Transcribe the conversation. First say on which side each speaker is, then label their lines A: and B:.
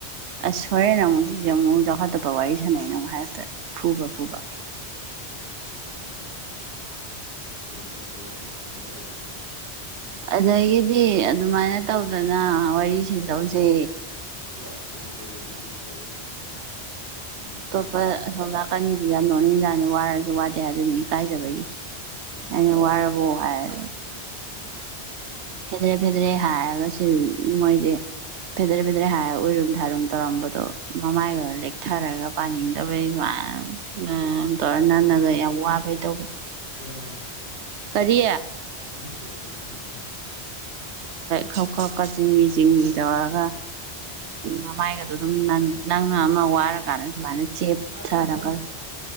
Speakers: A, on the right; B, on the left.
A: ꯑꯁ ꯍꯣꯔꯦꯟ ꯑꯃꯨꯛ ꯁꯤꯁꯦ ꯑꯃꯨꯛ ꯆꯥꯎꯈꯠꯇꯕ ꯋꯥꯔꯤ ꯁꯥꯟꯅꯩꯅ ꯑꯃꯨꯛ ꯍꯥꯏꯔꯛꯇꯨꯔ ꯐꯨꯕ ꯐꯨꯕ
B: ꯑꯣ ꯑꯗꯨꯗꯤ ꯑꯇꯣꯞꯄ ꯋꯥꯔꯤ ꯁꯤꯟꯂꯣ
A: ꯑꯗꯒꯤꯗꯤ ꯑꯗꯨꯃꯥꯏꯅ ꯇꯧꯗꯅ ꯋꯥꯔꯤ ꯁꯤꯟꯇꯣꯛꯁꯦ
B: ꯑꯇꯣꯞꯄ ꯁꯥꯇ꯭ꯔꯗꯨꯗꯤ ꯀꯌꯤꯝ ꯇꯧꯗ꯭ꯔꯣ ꯑꯃ
A: ꯑꯇꯣꯞꯄ
B: ꯑꯅꯧꯕꯗꯣ
A: ꯑꯁꯣꯝ ꯅꯥꯀꯟꯒꯤꯗꯨꯗꯤ ꯌꯥꯝ ꯅꯣꯛꯅꯤꯡꯖꯥꯠꯅꯤ ꯋꯥꯔꯁꯨ ꯋꯥꯗꯦ ꯍꯥꯏꯗꯨꯅꯤ ꯏꯀꯥꯏꯖꯕꯒꯤ
B: ꯑꯥ
A: ꯑꯩꯅ ꯋꯥꯔꯕ꯭ꯔꯣ ꯍꯥꯏ
B: ꯑ
A: ꯐꯦꯗ꯭ꯔꯦ ꯐꯦꯗ꯭ꯔꯦ ꯍꯥꯏꯔꯒ ꯁꯤ ꯃꯣꯏꯖꯦ ꯐꯦꯗ꯭ꯔꯦ ꯐꯦꯗꯔꯦ ꯍꯥꯏꯔꯒ ꯎꯏꯔꯨꯝ ꯊꯥꯔꯨꯝ ꯇꯧꯔꯝꯕꯗꯣ ꯃꯃꯥꯏꯒ
B: ꯑꯥ
A: ꯂꯦꯛꯊꯔꯒ ꯄꯥꯅꯤꯡꯗꯕꯩ ꯃꯥꯏ ꯑ ꯑꯅꯪꯅꯒ ꯌꯥꯝ ꯋꯥꯕꯒꯤ ꯇꯧꯕꯗꯣ
B: ꯀꯞꯀ
A: ꯀꯔꯤ
B: <unintelligible>
A: ꯈꯞ ꯈꯞꯀ ꯆꯤꯡꯂꯤ ꯆꯤꯡꯂꯤ ꯇꯧꯔꯒ
B: ꯑꯥ
A: ꯃꯃꯥꯏꯒ ꯑ ꯑꯗꯨꯝ ꯅꯟ ꯅꯪꯅ ꯑꯃ ꯋꯥꯔꯀꯥꯟꯗ ꯁꯨꯃꯥꯏꯅ ꯆꯦꯞ
B: ꯃꯃꯥ
A: ꯊꯔꯒ
B: ꯇꯞ ꯇꯞꯅ ꯇꯧꯑꯣ